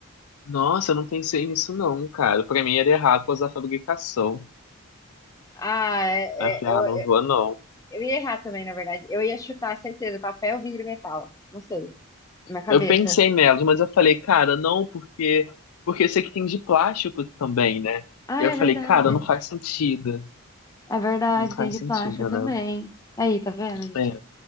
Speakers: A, on the left (about 80°); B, on the left (about 15°).
A: Nossa, eu não pensei nisso não, cara. Pra mim era errado por causa da fabricação.
B: Ah, é, é,
A: Aí eu falei,
B: eu,
A: ah, não vou não.
B: eu ia errar também, na verdade. Eu ia chutar, certeza, papel, vidro e metal. Não sei, na minha cabeça.
A: Eu pensei nelas, mas eu falei, cara, não, porque porque esse aqui tem de plástico também, né?
B: Ah,
A: E
B: é
A: eu falei,
B: verdade.
A: cara, não faz sentido.
B: É verdade,
A: Não
B: tem
A: faz
B: de
A: sentido,
B: plástico também.
A: né?
B: Aí, tá vendo, gente?
A: É,